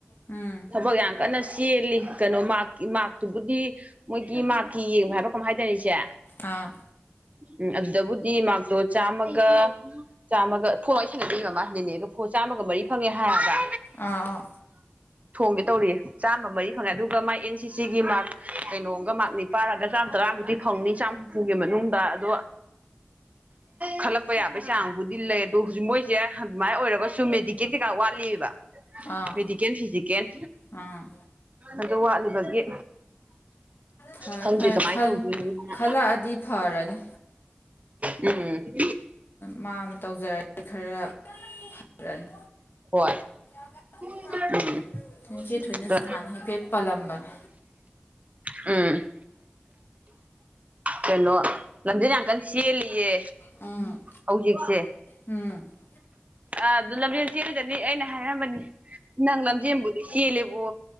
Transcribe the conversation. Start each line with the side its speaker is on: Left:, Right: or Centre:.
Left: ꯎꯝ
Right: ꯊꯕꯛ ꯌꯥꯝ ꯀꯟꯅ ꯆꯦꯜꯂꯤ ꯀꯩꯅꯣ ꯃꯥꯔ ꯃꯥꯔꯛꯇꯨꯕꯨꯗꯤ ꯃꯣꯏꯒꯤ ꯃꯥꯔꯀꯤ ꯌꯦꯡꯕ ꯍꯥꯏꯕ ꯀꯩꯅꯣꯝꯍꯥꯏꯗꯥꯏꯅꯦ ꯆꯦ
Left: ꯑꯥ
Right: ꯎꯝ ꯑꯗꯨꯗꯕꯨꯗꯤ ꯃꯥꯛꯇꯣ ꯆꯥꯝꯃꯒ ꯆꯥꯝꯃꯒ ꯐꯣꯟ ꯋꯥꯔꯤ ꯁꯥꯟꯅꯔꯤ ꯃꯃꯥ ꯅꯦꯅꯦꯒ ꯐꯣ ꯆꯥꯝꯃꯒ ꯃꯔꯤ ꯐꯪꯉꯦ ꯍꯥꯏꯑꯦꯕ
Left: ꯑꯥ ꯑꯥ
Right: ꯊꯣꯡꯒꯦ ꯇꯧꯔꯤ ꯆꯥꯝꯃ ꯃꯔꯤ ꯐꯪꯉꯦ ꯑꯗꯨꯒ ꯃꯥꯥꯏ ꯑꯦꯟ ꯁꯤ ꯁꯤ ꯒꯤ ꯃꯥꯔꯛ ꯀꯩꯅꯣꯝꯒ ꯃꯥꯔꯛ ꯅꯤꯄꯥꯟ ꯑꯝꯒ ꯆꯥꯝꯇꯔꯥꯃꯨꯛꯇꯤ ꯐꯪꯅꯤ ꯆꯥꯝ ꯍꯨꯝꯐꯨꯒꯤ ꯃꯅꯨꯡꯗ ꯑꯗꯣ ꯈꯜꯂꯛꯄ ꯌꯥꯕꯩ ꯆꯥꯡꯕꯨꯗꯤ ꯂꯩ ꯑꯗꯣ ꯍꯨꯖꯤꯛ ꯃꯣꯏꯖꯦ ꯑꯗꯨꯃꯥꯏ ꯑꯣꯏꯔꯒꯁ ꯁꯨ ꯃꯦꯗꯤꯀꯦꯟ ꯀꯩꯀꯥ ꯋꯥꯠꯂꯤꯕ
Left: ꯑꯥ
Right: ꯃꯦꯗꯤꯀꯦꯟ ꯐꯤꯖꯤꯀꯦꯟ
Left: ꯑꯥ
Right: ꯑꯗꯨ ꯋꯥꯠꯂꯤꯕꯒꯤ
Left: ꯐꯔꯦ
Right: ꯈꯪꯗꯦ
Left: ꯐꯔꯦ
Right: ꯀꯃꯥꯏꯅ
Left: ꯈꯟ
Right: ꯇꯧꯗꯣꯏꯅꯣꯅ
Left: ꯈꯜꯂꯛꯑꯗꯤ ꯐꯔꯅꯤ
Right: ꯎꯝ
Left: ꯃꯥ ꯑꯝ ꯇꯧꯖꯔꯗꯤ ꯈꯔ ꯐꯔꯅꯤ
Right: ꯍꯣꯏ
Left: <inaudible>
Right: <unintelligible>
Left: ꯅ ꯏꯆꯦ ꯊꯣꯏꯅꯁꯨ
Right: ꯗ
Left: ꯅꯍꯥꯟꯅ ꯍꯥꯏꯐꯦꯠ ꯄꯜꯂꯝꯕꯅꯦ
Right: ꯎꯝ ꯀꯅꯣ ꯂꯝꯖꯦꯟ ꯌꯥꯝ ꯀꯟ ꯆꯦꯜꯂꯤꯌꯦ
Left: ꯎꯝ
Right: ꯍꯧꯖꯤꯛꯁꯦ
Left: ꯎꯝ
Right: ꯑꯗꯨ ꯂꯝꯖꯦꯟ <unintelligible> ꯑꯩꯅ ꯍꯥꯏꯔꯝꯕꯅꯤ ꯅꯪ ꯂꯝꯖꯦꯟꯕꯨꯗꯤ ꯆꯦꯜꯂꯦꯕꯣ